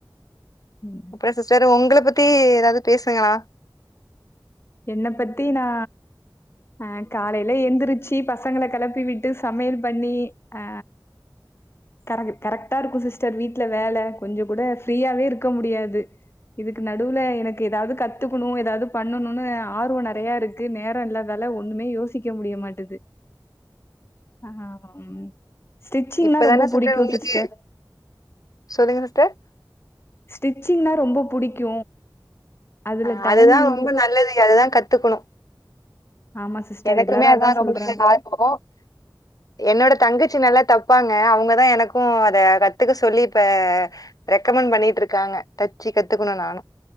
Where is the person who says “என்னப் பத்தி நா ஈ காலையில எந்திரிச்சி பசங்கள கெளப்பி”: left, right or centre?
Left